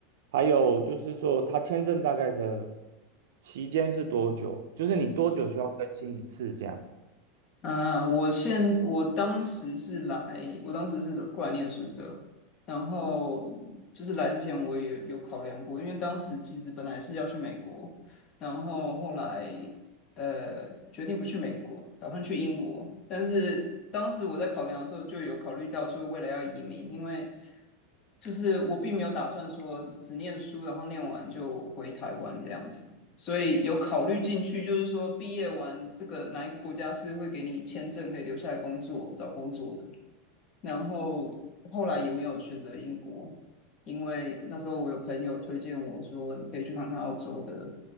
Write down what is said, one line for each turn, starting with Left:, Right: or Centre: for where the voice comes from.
Right: 还有就是说，他签证大概的期间是多久？就是你多久需要更新一次这样？
Left: 啊，我现我当时是来，我当时是来过来念书的，然后就是来之前我也有考量过，因为当时其实本来是要去美国，然后后来呃决定不去美国，打算去英国，但是当时我在考量的时候就有考虑到说未来要移民，因为就是我并没有打算说只念书，然后念完就回台湾这样子。所以有考虑进去，就是说毕业完这个哪一个国家是会给你签证可以留下来工作、找工作的。然后后来也没有选择英国，因为那时候我有朋友推荐我说你可以去看看澳洲的